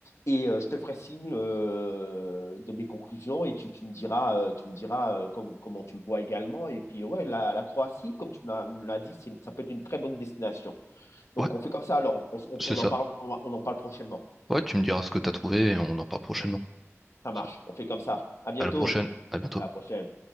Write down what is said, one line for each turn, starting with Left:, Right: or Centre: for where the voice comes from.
Left: Et euh, je te ferai signe euh, de mes conclusions et tu, tu me diras, euh, tu me diras euh, com- comment tu le vois également. Et puis, ouais, la, la Croatie, comme tu me l'as me l'as dit, c'est, ça peut être une très bonne destination. Donc,
Centre: Ouais,
Left: on fait comme ça alors. On, s- on-
Centre: c'est
Left: on
Centre: ça.
Left: en parle, on en parle prochainement.
Centre: Ouais, tu me diras ce que t'as trouvé et on en parle prochainement.
Left: Ça marche.
Centre: Ça-
Left: On fait comme ça. À bientôt.
Centre: À la prochaine, à bientôt.
Left: À la prochaine.